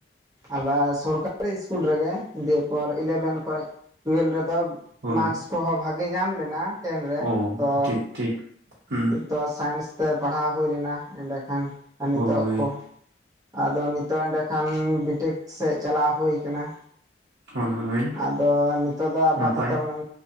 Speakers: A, on the right; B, on the right.
A: ᱟᱵᱟᱨ ᱥᱚᱨᱠᱟᱨᱤ ᱥᱠᱩᱞ ᱨᱮᱜᱮ ᱫᱤᱭᱯᱚᱨ ᱤᱞᱮᱵᱷᱮᱱ ᱠᱷᱚᱱ ᱴᱩᱭᱮᱞᱵᱷ ᱨᱮᱫᱚ ᱛᱫᱚ
B: ᱦᱳᱭ
A: ᱢᱟᱠᱥ ᱠᱚᱦᱚᱸ ᱵᱷᱟᱜᱮ ᱧᱟᱢ ᱞᱮᱱᱟ ᱴᱮᱱ ᱨᱮ
B: ᱳ
A: ᱛᱚ
B: ᱴᱷᱤᱠ ᱴᱷᱤᱠ ᱦᱩᱸ
A: ᱛᱚ ᱥᱟᱭᱮᱱᱥ ᱛᱮ ᱯᱟᱲᱦᱟᱣ ᱦᱩᱭ ᱞᱮᱱᱟ ᱮᱸᱰᱮᱠᱷᱟᱱ ᱟᱨ ᱱᱤᱛᱚᱜ
B: ᱦᱳᱭ
A: ᱠᱚ ᱟᱫᱚ ᱱᱤᱛᱚᱜ ᱮᱸᱰᱮᱠᱷᱟᱱ ᱵᱤᱴᱮᱠ ᱥᱮᱫ ᱪᱟᱞᱟᱣ ᱦᱩᱭ ᱟᱠᱟᱱᱟ ᱾
B: ᱦᱳᱭ ᱦᱳᱭ
A: ᱟᱫᱚ ᱱᱤᱛᱚᱜ ᱫᱚ ᱟᱯᱟᱛᱚ-ᱛᱚ
B: ᱱᱟᱯᱟᱭ
A: ᱚᱱ